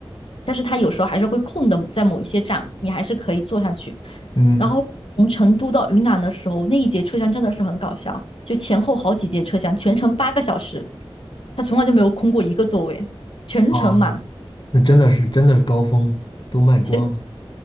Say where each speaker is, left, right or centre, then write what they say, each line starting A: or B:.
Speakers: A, on the left; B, on the left.
A: 但是它有时候还是会空的，在某一些站你还是可以坐上去。
B: 嗯，
A: 然后从成都到云南的时候，那一节车厢真的是很搞笑，就前后好几节车厢，全程八个小时，他从来就没有空过一个座位，全程满。
B: 啊那真的是真的高峰都卖光了。
A: 所以